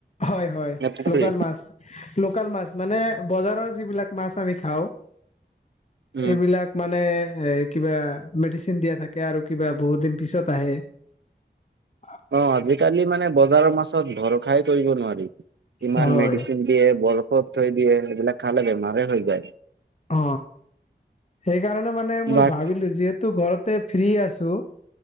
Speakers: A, on the left; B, on the right.
A: হয় হয়
B: নে পুখুৰীৰ?
A: লোকেল মাছ। লোকেল মাছ মানে বজাৰৰ যিবিলাক মাছ আমি খাওঁ
B: উম
A: এইবিলাক মানে এ কিবা মেডিচিন দিয়া থাকে আৰু কিবা বহুত দিন পিছত আহে। <unintelligible>
B: অ আজিকালি মানে বজাৰৰ মাছত ভৰসাই কৰিব নোৱাৰি কিমান
A: হয়
B: মেডিচিন দিয়ে বৰফত থৈ দিয়ে সেইবিলাক খালে বেমাৰেই হৈ যায়।
A: অ সেইকাৰণে মানে মই
B: বাক
A: ভাবিলো যিহেতু তো ঘৰতে ফ্ৰী আছো